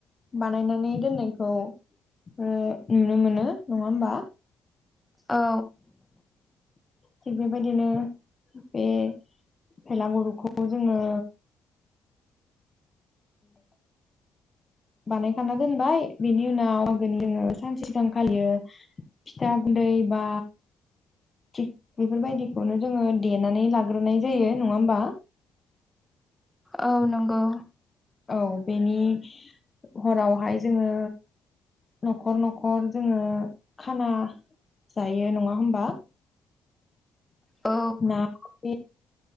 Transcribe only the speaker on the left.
बानायनानै दोननायखौ ओ नुनो मोनो नंङा होमबा
थिग बेबायदिनो बे भेलागुरुखौ जोङो। बानायखाना दोनबाय बेनि उनाव आगोनि उनाव। सानसे सिगां फालियो फिथा गुन्दै बा। थिग बेफोरबायदिखौनो जोङो देनानै लाग्रोनाय जायो नङा होमबा।
औ बेनि हरावहाय जोङो नखर नखर जोङो खाना जायो नङा होमबा।
ना बे